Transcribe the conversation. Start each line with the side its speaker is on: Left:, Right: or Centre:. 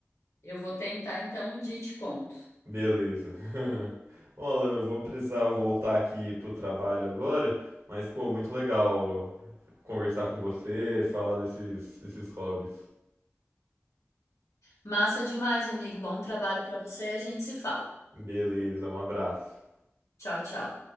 Left: Eu vou tentar então um dia e te conto.
Right: Beleza. <laughs> Bom, Alana, eu vou precisar voltar aqui pro trabalho agora, mas pô, muito legal conversar com você, falar desses, desses hobbies.
Left: Massa demais, amigo. Bom trabalho pra você e a gente se fala.
Right: Beleza, um abraço.
Left: Tchau, tchau.